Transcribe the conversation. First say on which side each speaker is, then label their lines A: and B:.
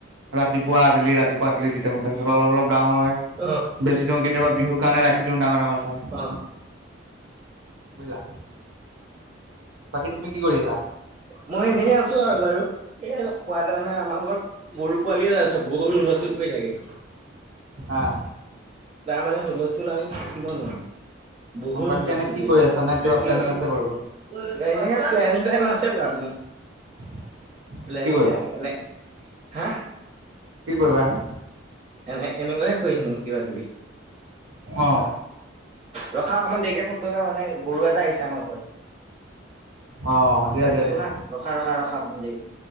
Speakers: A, on the right (about 80°); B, on the right (about 35°).
A: ৰাতিপুৱা আবেলি ৰাতিপুৱা আবেলি দ <unintelligible> তেতিয়া অলপ অলপ ডাঙৰ হয়
B: অ',
A: বেছি দিওঁ কেতিয়াবা বিহুৰ কাৰণে ৰাখি দিওঁ ডাঙৰ ডাঙৰ চাই।
B: অ'।
A: বুজিলা বাকী তুমি কি কৰি আছা
B: মই এনেই আছো আৰু বাৰু। এই পোৱালে মানে আমাৰ ঘৰত গৰু পোৱালি এটা আছে বহুত হুল স্থুল কৰি থাকে।
A: অ'।
B: তাৰ মানে হুলস্থুল আমি থাকিব নোৱাৰো, বহুত
A: অ বাকী
B: হুলস্থুল
A: এনে কি
B: কৰি থাকো।
A: আছা নে কিবা প্লেনিং আছে কৰিবলৈ
B: এনেকে প্লেন শ্লেন আছে বাৰু মোৰ
A: <unintelligible>
B: প্লেনিং
A: কি কৰিবা
B: শ্লেনিং এনে হা
A: কি কৰিবা এনে?
B: এনে এনেকুৱা এ কৰি থাকিম কিবা কিবি।
A: অ'।
B: ৰখা অকণমান দেৰিকে ফোন কৰিবা মানে গৰু এটা আহিছে আমাৰ ঘৰত।
A: অ দিয়া
B: কাঁটিছো
A: দিয়া দিয়া।
B: হা ৰখা ৰখা ৰখা অকমান দেৰিকে।